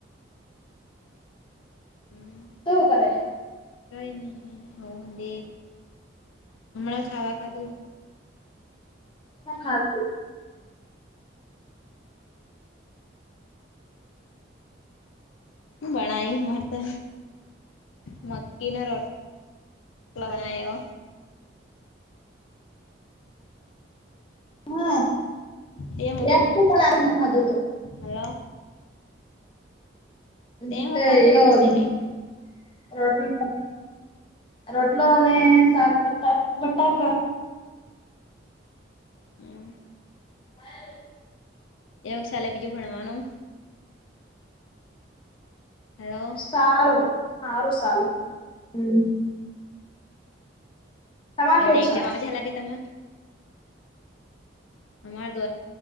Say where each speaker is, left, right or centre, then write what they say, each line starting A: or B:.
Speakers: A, on the left; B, on the left.
A: હમ
B: તું કરે
A: કઈ નહી હમણાં ખાવા ખાધું
B: હુ ખાધું
A: હુ બણાયું માર તો મક્કી નો રોટ વનાાયો
B: <unintelligible>
A: તે હું ખાધું હલો
B: <unintelligible>
A: તે હું ખાધું એમ પૂછી રહી
B: રોટલો રોટલો અને સાક પતાક બટાક
A: હમ્મ
B: <inaudible>
A: કેવું ચાલે બીજું ભણવાનું હલો
B: સારું સારું હારું સાલે હમ્મ તમારે
A: હ
B: કેવું
A: તો એક્ઝામ
B: ચાલે
A: આવે જ લાગે તને અમાર તો